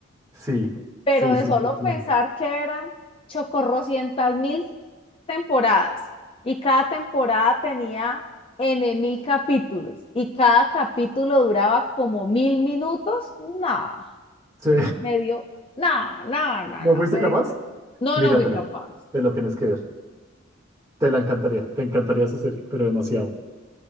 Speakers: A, on the right; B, on the left.
A: Sí,
B: pero
A: sí,
B: de
A: sí,
B: solo
A: sí, sí.
B: pensar que eran chocorrocientas mil temporadas y cada temporada tenía N mil capítulos y cada capítulo duraba como mil minutos, nada,
A: Sí.
B: me dio, nada, nada,
A: <laughs>
B: nada,
A: ¿No
B: nada,
A: fuiste
B: me
A: capaz?
B: dio una- no,
A: Míratela,
B: no fui capaz.
A: te la tienes que ver. Te la encantaría, te encantaría esa serie, pero demasiado.